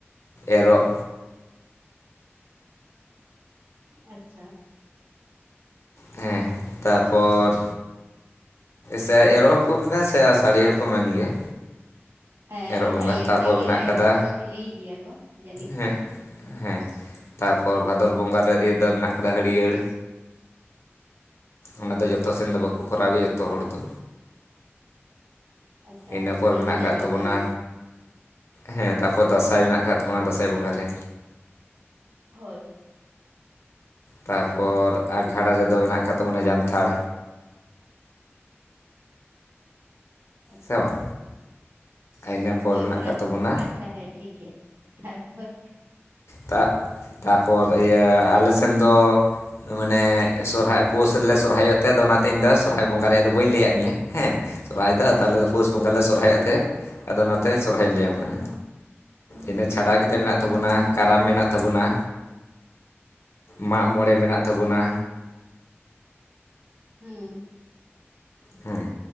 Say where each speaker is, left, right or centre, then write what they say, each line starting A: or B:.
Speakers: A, on the left (about 75°); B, on the right (about 70°).
A: ᱮᱨᱚᱜ᱾
B: ᱟᱪᱪᱷᱟ᱾
A: ᱦᱮᱸ, ᱛᱟᱯᱚᱨ ᱥᱮ ᱮᱨᱚᱜ ᱦᱚᱸ ᱠᱚ ᱢᱮᱱᱟ ᱥᱮ ᱟᱥᱟᱲᱤᱭᱟᱹ ᱦᱚᱸ ᱠᱚ ᱢᱮᱱ ᱜᱮᱭᱟ᱾
B: ᱦᱮᱸ
A: ᱮᱨᱚᱜ
B: ᱟᱥᱟᱲᱤᱭᱟᱹ
A: ᱵᱚᱸᱜᱟ ᱛᱟᱯᱚᱨ
B: ᱠᱚ ᱞᱟᱹᱭ ᱜᱮᱭᱟ
A: ᱢᱮᱱᱟᱜ
B: ᱮᱨᱚᱜ
A: ᱠᱟᱫᱟ,
B: ᱦᱚᱸ ᱚᱱᱟ ᱦᱚᱭ ᱞᱟᱹᱭ ᱜᱮᱭᱟ ᱠᱚ ᱡᱟᱹᱱᱤᱡ
A: ᱦᱮᱸ ᱦᱮᱸ, ᱛᱟᱯᱚᱨ ᱵᱷᱟᱫᱚᱨ ᱵᱚᱸᱜᱟ ᱨᱮ ᱤᱭᱟᱹ ᱫᱚ ᱢᱮᱱᱟᱜ ᱠᱟᱫᱟ ᱦᱟᱹᱲᱤᱭᱟᱹᱲ, ᱚᱱᱟ ᱫᱚ ᱡᱚᱛᱚ ᱥᱮᱱ ᱫᱚ ᱵᱟᱠᱚ ᱠᱚᱨᱟᱣ ᱜᱮᱭᱟ ᱡᱚᱛᱚ ᱦᱚᱲ ᱫᱚ᱾
B: ᱟᱪᱪᱷᱟ
A: ᱤᱱᱟᱹ ᱯᱚᱨ
B: ᱤᱧ
A: ᱢᱮᱱᱟᱜ
B: ᱫᱚ ᱵᱟᱹᱧ
A: ᱠᱟᱜ
B: ᱟᱸᱡᱚᱢ
A: ᱛᱟᱵᱚᱱᱟ
B: ᱠᱟᱜᱼᱟ ᱚᱱᱟ ᱫᱚ
A: ᱦᱮᱸ ᱛᱟᱯᱚᱨ ᱫᱟᱸᱥᱟᱭ ᱢᱮᱱᱟᱜ ᱠᱟᱜ ᱛᱟᱵᱚᱱᱟ ᱫᱟᱸᱥᱟᱭ ᱵᱚᱸᱜᱟ ᱨᱮ᱾
B: ᱦᱳᱭ᱾
A: ᱛᱟᱯᱚᱨ ᱟᱸᱜᱷᱟᱬ ᱨᱮᱫᱚ ᱢᱮᱱᱟᱜ ᱠᱟᱜ ᱛᱟᱵᱚᱱᱟ ᱡᱟᱱᱛᱷᱟᱲ,
B: ᱟᱪᱪᱷᱟ᱾
A: ᱥᱮ ᱵᱟᱝ ᱤᱱᱟᱹ ᱯᱚᱨ
B: ᱦᱳᱭ
A: ᱢᱮᱱᱟᱜ
B: ᱚᱱᱟ,
A: ᱟᱠᱟᱫ ᱛᱟᱵᱚᱱᱟ
B: ᱟᱪᱪᱷᱟ ᱦᱮᱸ ᱴᱷᱤᱠ ᱜᱮᱭᱟ ᱛᱟᱨᱯᱚᱨ᱾
A: ᱛᱟ ᱛᱟᱯᱚᱨ ᱤᱭᱟᱹ ᱟᱞᱮ ᱥᱮᱱ ᱫᱚ ᱢᱟᱱᱮ ᱥᱚᱨᱦᱟᱭ ᱯᱳᱥ ᱨᱮᱞᱮ ᱥᱚᱨᱦᱟᱭᱚᱜ ᱛᱮ ᱟᱫᱚ ᱚᱱᱟᱛᱮ ᱤᱧᱫᱚ ᱥᱚᱨᱦᱟᱭ ᱵᱚᱸᱜᱟ ᱨᱮᱭᱟᱜ ᱫᱚ ᱵᱟᱹᱧ ᱞᱟᱹᱭᱟᱜ ᱢᱮᱭᱟ ᱦᱮᱸ, ᱥᱚᱨᱦᱟᱭ ᱫᱚ ᱟᱫᱚ
B: ᱦᱳᱭ
A: ᱟᱞᱮ
B: ᱦᱳᱭ
A: ᱫᱚ ᱯᱳᱥ ᱵᱚᱸᱜᱟ ᱞᱮ ᱥᱚᱨᱦᱟᱭᱚᱜ ᱛᱮ, ᱟᱫᱚ ᱚᱱᱟᱛᱮ ᱥᱚᱨᱦᱟᱭᱤᱧ ᱞᱟᱹᱭᱟᱢ ᱠᱟᱱᱟ᱾ ᱤᱱᱟᱹ ᱪᱷᱟᱰᱟ ᱠᱟᱛᱮᱜ ᱢᱮᱱᱟᱜ ᱛᱟᱵᱚᱱᱟ ᱠᱟᱨᱟᱢ ᱢᱮᱱᱟᱜ ᱛᱟᱵᱚᱱᱟ, ᱢᱟᱜ ᱢᱚᱬᱮ ᱢᱮᱱᱟᱜ ᱛᱟᱵᱚᱱᱟ,
B: ᱦᱩᱸ᱾
A: ᱦᱩᱸ